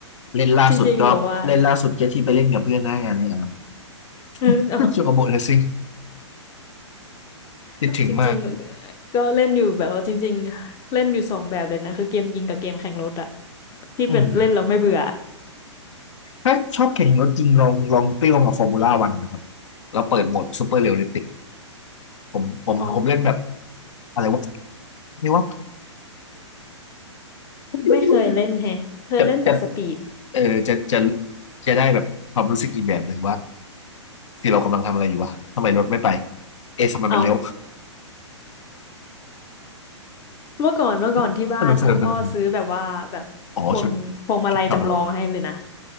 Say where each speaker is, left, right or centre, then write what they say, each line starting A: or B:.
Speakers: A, on the left (about 75°); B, on the left (about 20°).
A: เล่นล่าสุดก็เล่นล่าสุดแค่ที่ไปเล่นกับเพื่อนหน้างานในอาร์ม
B: จริงๆแบบว่า <laughs> เออเน
A: <laughs> โชโกโบเลสซิ่งคิดถึงมาก
B: อะ <laughs> จริงๆก็เล่นอยู่แบบว่าจริงๆเล่นอยู่สองแบบเลยนะคือเกมยิงกับเกมแข่งรถอะที่เป็นเล่นแล้วไม่เบื่อ
A: อืมถ้าชอบแข่งรถจริงลองลองเปรี้ยวกับฟอร์มูล่าวันนะครับแล้วเปิดโหมดซูเปอร์เรียลลิติกผมผมผมเล่นแบบ
B: อ๋อ
A: อะไรวะเรียกว่า <laughs>
B: ไม่เคยเล่นแฮะเคยเล่นแต่สปีด
A: จะจะเออจะจะจะได้แบบความรู้สึกอีกแบบหนึ่งว่าที่เรากำลังทำอะไรอยู่วะทำไมรถไม่ไปเอ๊ะทำไมมันเลี้ยว
B: เอาเมื่อก่อนเมื่อก่อนที่บ้านคุณพ่อซื้อแบบว่าแบบพวงพวงมาลัยจำลองให้เลยนะ
A: <laughs> สนุกสนุกสนุกสนุกอ๋อชุดชุดทำ